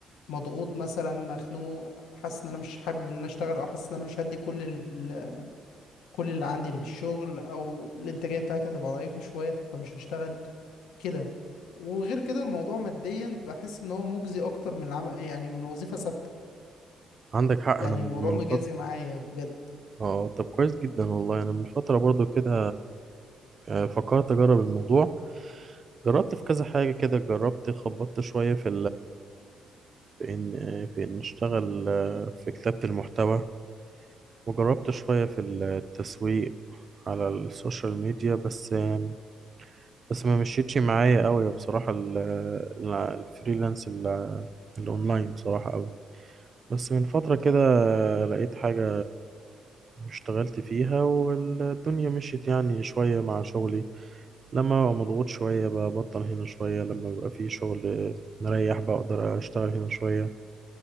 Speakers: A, on the left; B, on the right.
A: مضغوط مثلا مخنوق حاسس ان انا مش حابب ان انا اشتغل او حاسس ان انا مش هدي كل ال... كل اللي عندي للشغل او الانتاجيه بتاعتي هتبقى ضعيفه شويه فمش هشتغل كده وغير كده الموضوع ماديا بحس ان هو مجزي اكتر من العم... يعني من وظيفه ثابته
B: عندك حق
A: يعني
B: انا من
A: الموضوع مجازي
B: فترة
A: معايا بجد
B: اه طب كويس جدا والله انا من فترة برضو كده آه، فكرت اجرب الموضوع جربت في كذا حاجة كده جربت خبطت شوية في في إن في إن نشتغل آه، في كتابة المحتوى وجربت شوية في التسويق على السوشيال ميديا بس آه، بس ما مشيتش معايا قوي بصراحة ال- ال- الفريلانس ال- الأونلاين بصراحة قوي بس من فترة كده آه، لقيت حاجة اشتغلت فيها والدنيا مشيت يعني شوية مع شغلي لما ببقى مضغوط شوية ببطل هنا شوية لما بيبقى في شغل مريح بقدر أشتغل هنا شوية